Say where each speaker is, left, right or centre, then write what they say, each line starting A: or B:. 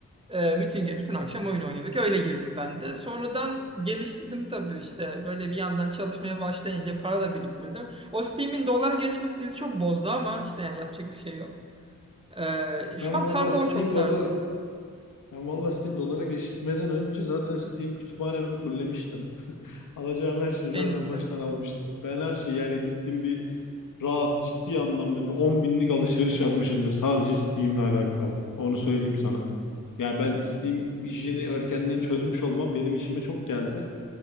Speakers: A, on the right (about 20°); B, on the left (about 80°).
A: e, bütün ge- bütün akşam oyun oynadık. Öyle girdim ben de. Sonradan geliştirdim tabii işte. Böyle bir yandan çalışmaya başlayınca para da biriktirdim. O Steam'in dolara geçmesi bizi çok bozdu ama işte yani yapacak bir şey yok. E, şu
B: Ben
A: an
B: valla
A: Tarkov'a
B: Steam
A: çok sardım.
B: doları Ben valla Steam dolara geçmeden önce zaten Steam kütüphanemi fullemiştim. <laughs> Alacağım her şeyi
A: En
B: zaten
A: iyisi.
B: baştan almıştım. Ben her şeyi yani gittim bir rahat ciddi anlamda bir 10 binlik alışveriş yapmışımdır sadece Steam'le alakalı. Onu söyleyeyim sana. Yani ben Steam işini erkenden çözmüş olmam benim işime çok geldi.